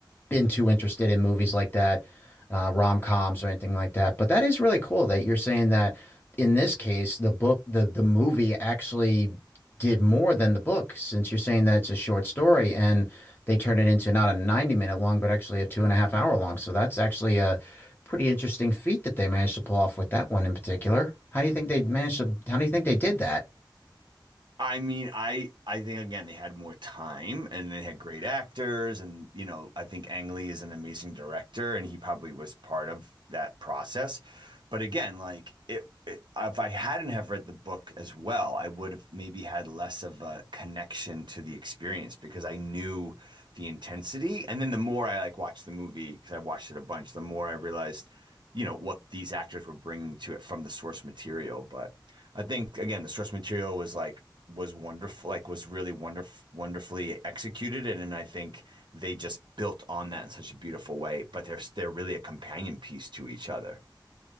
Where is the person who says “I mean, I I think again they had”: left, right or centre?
Right